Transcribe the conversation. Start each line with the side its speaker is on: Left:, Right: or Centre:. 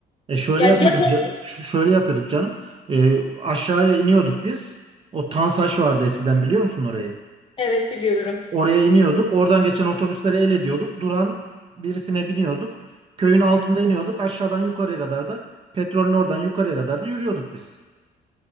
Right: E şöyle
Left: Yani
Right: yapıyorduk,
Left: ya top...
Right: ca- ş- şöyle yapıyorduk canım. E, aşağıya iniyorduk biz. O Tansaç vardı eskiden biliyor musun orayı?
Left: Evet biliyorum.
Right: Oraya iniyorduk. Oradan geçen otobüsleri el ediyorduk. Duran birisine biniyorduk. Köyün altında iniyorduk. Aşağıdan yukarıya kadar da petrolün oradan yukarıya kadar da yürüyorduk biz.